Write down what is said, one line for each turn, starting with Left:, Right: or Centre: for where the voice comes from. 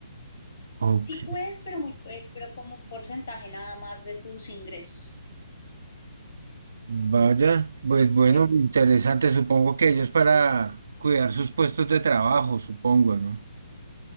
Right: Ok.
Left: sí puedes, pero muy, eh, pero como un porcentaje nada más de tus ingresos,
Right: Vaya, pues bueno,
Left: ¿ves?
Right: interesante. Supongo que ellos para cuidar sus puestos de trabajo, supongo, ¿no?